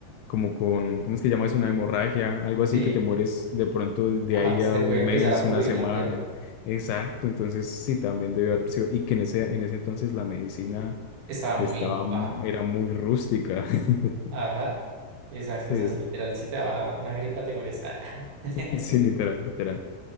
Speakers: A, on the left; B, on the right.
A: como con, ¿cómo es que llamas? Una hemorragia, algo así
B: Sí,
A: que te mueres de pronto de
B: ajá,
A: ahí
B: se
A: a
B: te
A: un
B: puede empezar
A: mes,
B: a pudrir
A: una semana.
B: la pierna.
A: Exacto, entonces sí, también debió haber sido. Y que en ese, en ese entonces la medicina
B: Estaba muy
A: estaba,
B: baja.
A: mu- era muy rústica. <laughs>
B: Ajá, exacto.
A: Sí,
B: O sea, si literal, si te daba una gripa, te mueres. Ah, <laughs>
A: sí, literal, literal.